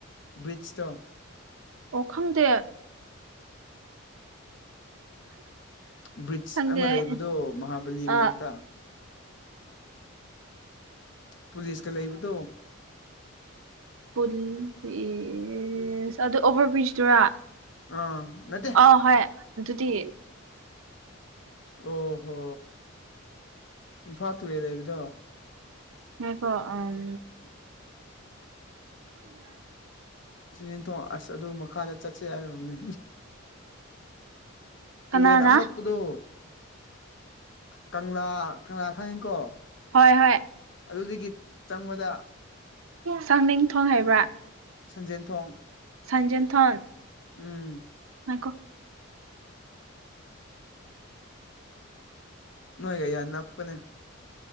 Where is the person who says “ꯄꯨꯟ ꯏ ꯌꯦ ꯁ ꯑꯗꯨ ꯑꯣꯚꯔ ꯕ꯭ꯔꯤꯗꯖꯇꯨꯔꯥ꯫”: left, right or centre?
Right